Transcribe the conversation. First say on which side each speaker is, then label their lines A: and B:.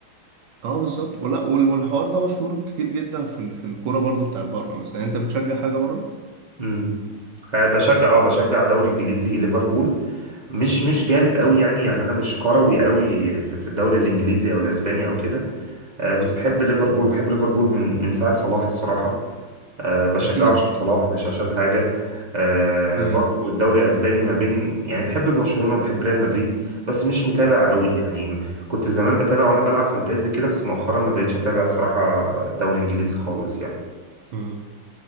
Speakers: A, on the right; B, on the right.
A: اه بالظبط ولا وال- والحوار ده مشهور كتير جدا في ال- في الكورة برضو بتاعت بره مثلا انت بتشجع حاجة بره
B: مم. أه بشجع اه بشجع الدوري الانجليزي ليفربول مش مش جامد قوي يعني
A: مم.
B: يعني انا مش كروي قوي في, في الدوري الانجليزي او الاسباني او كده أه بس بحب ليفربول وبحب ليفربول من من ساعة صلاح الصراحة أه بشجعه
A: اكيد
B: عشان صلاح مش عشان حاجة أه
A: <laughs> امم
B: برضو الدوري الأسباني ما بين يعني بحب برشلونة وبحب ريال مدريد بس مش متابع قوي يعني كنت زمان بتابع وأنا بلعب فانتازي كده بس مؤخرا ما بقتش أتابع الصراحة دوري إنجليزي خالص يعني
A: امم